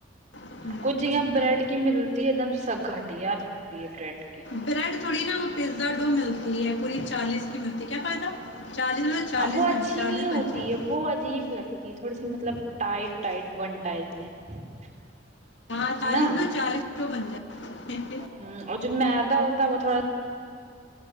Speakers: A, on the left; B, on the right.
A: ہیں
B: کچھ یہ بریڈ کی م روٹی ایک دم سبگٹیا نا پی بریڈ کی
A: بریڈ تھوڑی نا وہ پیزا ڈو ملتا یہ پور چالیس ق مد کیا فائدہ چالیس لو چالیس
B: ہاں وہ اچھی
A: مل چالیس
B: نہیں ہوتی
A: بن جائے
B: ہے وہ عجیب لگتی ہے تھوڑی سی مطلب ٹائٹ ٹائٹ بنتا میں ہے
A: ہاں چالیس
B: نا
A: لو چالیس ڈو بن جائے
B: ہ اور جو م د ہوتا وہ تھوڑا